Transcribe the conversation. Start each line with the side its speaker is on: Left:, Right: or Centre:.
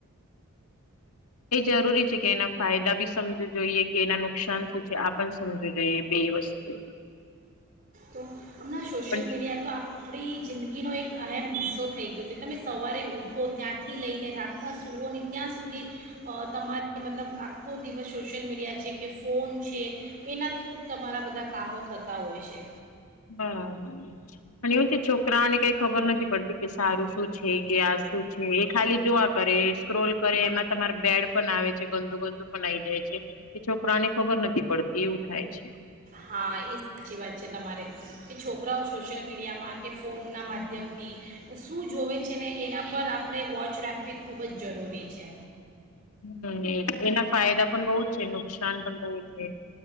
Left: હ. <inaudible> એ જરૂરી છે કે, એના ફાયદા બી સમજ જોઈએ કે એના નુક નુકસાન શું છે, આપણ સમજ જોઈએ બે વસ્તુ.
Right: તો હમણાં સોશિયલ
Left: પણ
Right: મીડિયા તો આપણી. જિંદગીનો એક અહેમ હિસ્સો થઈ ગયો છે. તમે સવારે ઉઠો ત્યાંથી લઈને રાતના સૂઓ ને ત્યાં સુધી, તમારે મતલબ આખો દિવસ સોશિયલ મીડિયા છે કે, ફોન છે એના થ્રુ જ તમારા બધા કામો થતા હોય છે.
Left: બરાબર અને એવું છે છોકરાને કઈ ખબર નથી પડતી કે સારું શું છે કે આ શું છે એ ખાલી જોવા કરે સ્ક્રોલ કરે એમાં તમારે બેડ પણ આવે છે ગંદુ ગંદુ પણ આઈ જાય છે કે છોકરાને ખબર નથી પડતી એવું થાય છે.
Right: હા એ સાચી વાત છે તમારે કે છોકરાઓ સોશિયલ મીડિયામાં કે ફોનના માધ્યમથી શું જોવે છે ને એના પર આપણે વોચ રાખવી ખૂબ જ જરૂરી છે.
Left: હમ એના ફાયદા પણ બહુ જ છે નુકસાન પણ બહુ. એ.